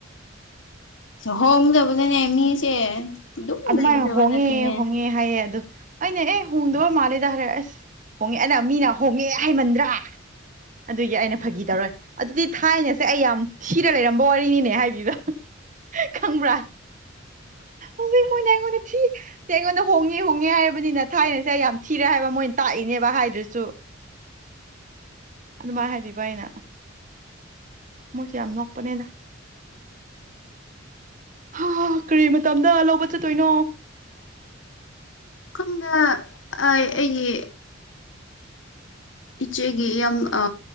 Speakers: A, on the left; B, on the right.
A: ꯍꯣꯡꯒꯗꯕꯅꯤꯅꯦ ꯃꯤꯁꯦ ꯑꯗꯨꯝ
B: ꯑꯗꯨꯃꯥꯏ
A: ꯂꯩꯒꯗꯕ
B: ꯍꯣꯡꯉꯦ
A: ꯅꯠꯇꯦꯅꯦ
B: ꯍꯣꯡꯉꯦ ꯍꯥꯏꯌꯦ ꯑꯗꯣ ꯑꯩꯅ ꯑꯦ ꯍꯣꯡꯗꯕ ꯃꯥꯜꯂꯦꯗ ꯍꯥꯏꯔ ꯑꯁ ꯍꯣꯡꯉꯦ ꯑꯗ ꯃꯤꯅ ꯍꯣꯡꯉꯦ ꯍꯥꯏꯃꯟꯗ꯭ꯔꯥ ꯑꯗꯨꯒꯤ ꯑꯩꯅ ꯐꯥꯒꯤ ꯇꯧꯔ ꯑꯗꯨꯗꯤ ꯊꯥꯏꯅꯁꯦ ꯑꯩ ꯌꯥꯝ ꯊꯤꯔ ꯂꯩꯔꯝꯕ ꯋꯥꯔꯤꯅꯤꯅꯦ ꯍꯥꯏꯕꯤꯕ ꯈꯪꯕ꯭ꯔꯥ ꯍꯧꯖꯤꯛ ꯃꯣꯏꯅ ꯑꯩꯉꯣꯟꯗ ꯊꯤ ꯁꯦ ꯑꯩꯉꯣꯟꯗ ꯍꯣꯡꯉꯦ ꯍꯣꯡꯉꯦ ꯍꯥꯏꯔꯕꯅꯤꯅ ꯊꯥꯏꯅꯁꯦ ꯑꯩ ꯌꯥꯝ ꯊꯤꯔꯦ ꯍꯥꯏꯕ ꯃꯣꯏꯅ ꯇꯥꯛꯏꯅꯦꯕ ꯍꯥꯏꯗ꯭ꯔꯁꯨ
A: <inaudible>
B: ꯑꯗꯨꯃꯥꯏ ꯍꯥꯏꯕꯤꯕ ꯑꯩꯅ ꯃꯣꯏꯁꯦ ꯌꯥꯝ ꯅꯣꯛꯄꯅꯦꯗ ꯍꯥ ꯀꯔꯤ ꯇꯝꯗ ꯂꯧꯕ ꯆꯠꯇꯣꯏꯅꯣ
A: ꯈꯪꯗꯦ ꯑꯥꯏ ꯑꯩꯒꯤ ꯏꯆꯦꯒꯤ ꯌꯥꯝ ꯑ